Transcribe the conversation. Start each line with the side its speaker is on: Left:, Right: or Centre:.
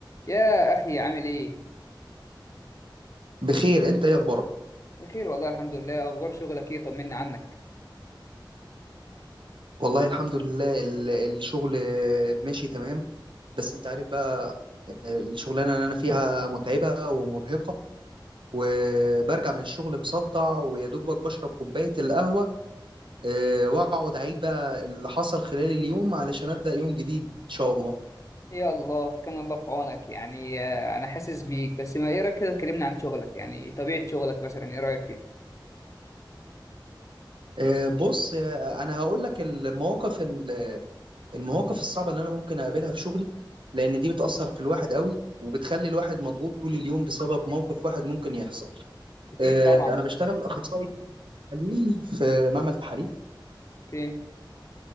Left: يا أخي عامل إيه؟
Right: بخير انت ايه اخبارك
Left: بخير والله الحمد لله أخبار شغلك إيه طمنا عنك
Right: والله الحمد لله ال- الشغل ماشي تمام بس انت عارف بقى الشغلانه اللي انا فيها متعبه ومرهقه وبرجع من الشغل مصدع ويا دوبك بشرب كوبايه القهوه اه، واقعد اعيد بقى اللي حصل خلال اليوم علشان ابدا يوم جديد ان شاء الله
Left: يا الله كان الله في عونك يعني آه، أنا حاسس بيك بس ما إيه رأيك كده اتكلمنا عن شغلك يعني طبيعة شغلك مثلا إيه رأيك فيه؟
Right: اه، بص اه، انا هقول لك المواقف ال- المواقف الصعبه اللي انا ممكن اقابلها في شغلي لان دي بتاثر في الواحد قوي وبتخلي الواحد مضغوط طول اليوم بسبب موقف واحد ممكن يحصل
Left: أكيد
Right: آه،
Left: طبعا
Right: أنا بشتغل أخصائي تحاليل في معمل تحاليل
Left: أوكي